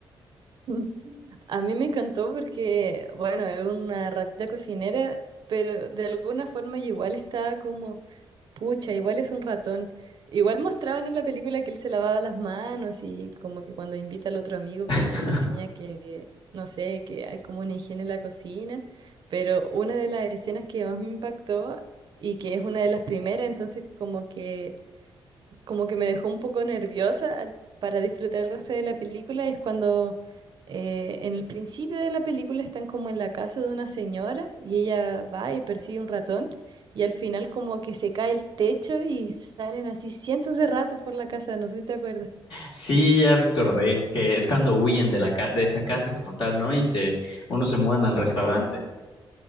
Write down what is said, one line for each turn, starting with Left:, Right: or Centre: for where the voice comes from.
Right: <laughs> A mí me encantó porque, bueno, es una ratita cocinera, pero de alguna forma yo igual estaba como, pucha, igual es un ratón. Igual mostraban en la película que él se lavaba las manos y como que cuando invita al otro amigo
Left: <laughs>
Right: como que le enseña que, no sé, que hay como una higiene en la cocina, pero una de las escenas que más me impactó y que es una de las primeras, entonces como que como que me dejó un poco nerviosa al- para disfrutar el resto de la película es cuando eh, en el principio de la película están como en la casa de una señora y ella va y persigue un ratón y al final como que se cae el techo y salen así cientos de ratas por la casa, no sé si te acuerdas.
Left: Sí, ya recordé que es cuando huyen de la ca- de esa casa como tal, ¿no? Y se, uno se mudan al restaurante.